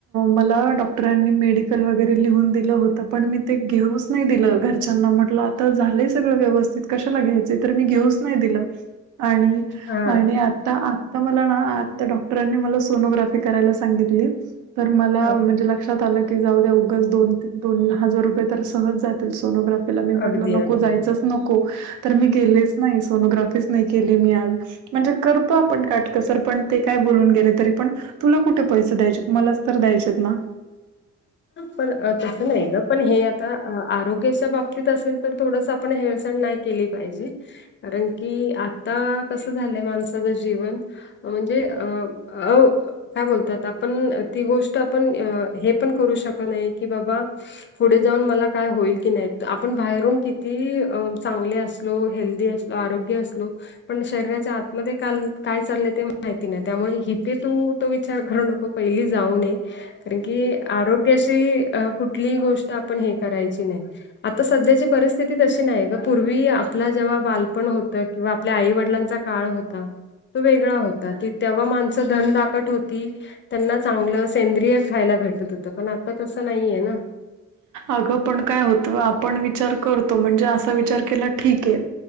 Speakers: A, on the right; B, on the left.
A: मला डॉक्टरांनी मेड वगैरे लिहून दिलं होत. पण मी ते घेऊच नाही दिलं. घरच्यांना म्हटलं आता झालंय सगळं व्यवस्थित कशला घ्याय तर मी घेऊच नाही दिलं आणि
B: हा
A: आणि आता आता मला ना आता डॉक्टरांनी मला सोनोग्राफी करायला सांगितली तर मला
B: हा
A: म्हणजे लक्ष आलं की जाऊ द्या उग दोन दोन हजार रुपये तर सहज जातील सोनोग्राफ्ट पला मी
B: अगदी
A: म्हटलं नको
B: अगदी
A: जायचच नको तर मी गेलेच नाही सोनोग्राफीच नाही केली मी आज म्हणजे करतो आपण काटकसर पण ते काय बोलून गेले तरी पण तुला कुठे पैसे द्यायचेत मलाच तर द्यायचेत ना.
B: पण तसं नाही ग पण हे आता आरोग्याच्या बाबतीत असेल तर थोडस आपण हेळसण नाही केली पाहिजे कारण की आता कसं झालंय माणसाचं जीवन म्हणजे अं अं काय बोलतात आपण ती गोष्ट आपण हे पण करू शक नाही की बाबा पुढे जाऊन मला काय होईल की नाही आपण बाहेरून किती चांगले असलो हेल्दी असलो आरोग्य असलो पण शरीराच्या आतमध्ये का काय चाललंय ते माहिती नाही त्यामुळे इथे तू तो विचार करू नको पहिली जाऊन ये कारण की, आरोग्याशी कुठलीही गोष्ट आपण हे करायची नाही. आता सध्याची परिस्थिती तशी नाही ग पूर्वी आपला जेव्हा बालपण होतं. किंवा आपल्या आई वडिलांचा काळ होता. तो वेगळा होता तेव्हा माणसं धन दाकट होती. त्यांना चांगलं सेंद्रिय खायला भेटत होतं पण आता तस नाहीये ना
A: अगं पण काय होतं आपण विचार करतो म्हणजे असा विचार केला ठीक आहे.